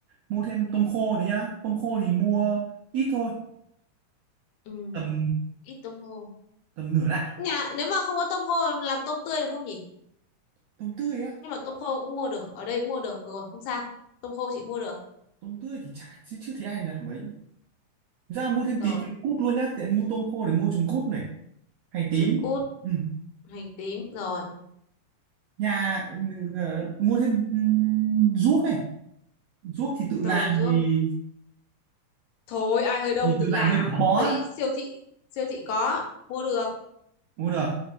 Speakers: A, on the right; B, on the left.
A: mua thêm tôm khô nữa nhá tôm khô thì mua ít thôi
B: ừ
A: tầm
B: ít tôm khô
A: tầm nửa lạng
B: nhà nếu mà không có tôm khô làm tôm tươi được không nhỉ
A: tôm tươi á
B: nhưng mà tôm khô cũng mua được ở đây cũng mua được được rồi không sao tôm khô chị mua được
A: tôm tươi thì chả chứ chưa thấy ai làm mấy ra mua thêm
B: rồi
A: tí trứng cút luôn nhá tiện mua tôm khô để mua trứng cút này hành tím
B: trứng cút
A: ừ.
B: hành tím rồi
A: nhà ờ, mua thêm ừ, ruốc này ruốc thì tự làm
B: rồi ruốc
A: thì
B: thôi ai hơi đông
A: thì
B: tự
A: tự làm
B: làm
A: hơi khó
B: đấy
A: á.
B: siêu thị siêu thị có mua được
A: mua được